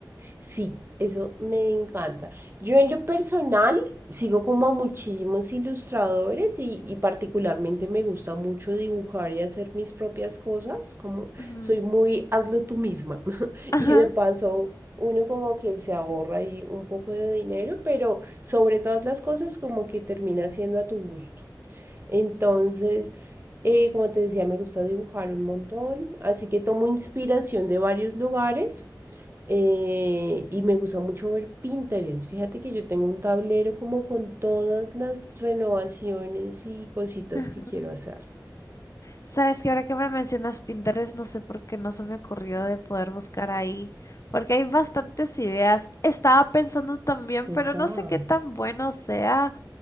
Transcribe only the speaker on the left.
Ujú.
Ajá.
Mm.
Sabes que ahora que me mencionas Pinterest, no sé por qué no se me ocurrió de poder buscar ahí, porque hay bastantes ideas. Estaba pensando también,
pero no sé qué tan bueno sea